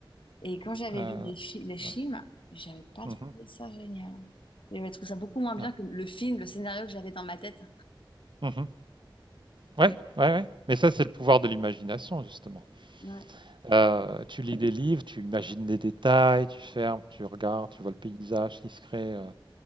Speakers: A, on the left (about 75°); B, on the right (about 65°).
A: Et quand j'avais
B: Heu,
A: vu les, fi- les
B: je
A: films,
B: ouais.
A: j'avais pas
B: Mmh
A: trouvé ça génial. J'avais trouvé ça beaucoup moins bien
B: Ah.
A: que le film, le scénario que j'avais dans ma tête.
B: Mmh Ouais,
A: Ouais,
B: ouais, ouais. Mais ça, c'est le pouvoir de l'imagination justement.
A: ouais,
B: Heu, tu lis des livres, tu imagines des détails, tu fermes, tu regardes, tu vois le paysage qui se crée, heu